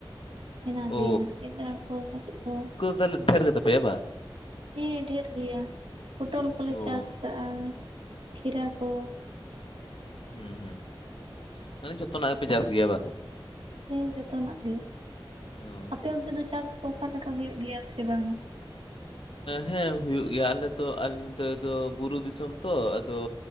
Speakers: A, on the right; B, on the left.
A: ᱦᱮᱱᱟᱜ
B: ᱚ
A: ᱜᱮᱭᱟ ᱵᱮᱸᱜᱟᱲ ᱠᱚ ᱢᱟᱨᱤᱡ ᱠᱚ
B: ᱛᱟᱦᱞᱮ ᱰᱮᱨ ᱜᱮ ᱛᱟᱯᱮᱭᱟ ᱵᱟ
A: ᱦᱮᱸ ᱰᱷᱮᱨ ᱜᱮᱭᱟ ᱯᱚᱴᱚᱞ ᱠᱚᱞᱮ
B: ᱚ
A: ᱪᱟᱥ ᱠᱟᱜᱼᱟ ᱠᱷᱤᱨᱟ ᱠᱚ
B: ᱦᱩᱸ ᱦᱩᱸ ᱢᱟᱱᱮ ᱡᱷᱚᱛᱚᱱᱟᱜ ᱜᱮᱯᱮ ᱪᱟᱥ ᱜᱮᱭᱟ ᱵᱟ
A: ᱦᱮᱸ ᱡᱚᱛᱚᱱᱟᱜ ᱜᱮ
B: ᱚ
A: ᱟᱯᱮ ᱚᱱᱛᱮ ᱫᱚ ᱪᱟᱥ ᱠᱚ ᱚᱠᱟᱞᱮᱠᱟ ᱦᱩᱭᱩᱜ ᱜᱮᱭᱟ ᱥᱮ ᱵᱟᱝ
B: ᱦᱩᱸ ᱦᱮᱸ ᱦᱩᱭᱩᱜ ᱜᱮᱭᱟ ᱟᱞᱮ ᱛᱚ ᱟᱞᱮ ᱱᱚᱛᱮ ᱫᱚ ᱵᱩᱨᱩ ᱫᱤᱥᱚᱢ ᱛᱚ ᱟᱫᱚ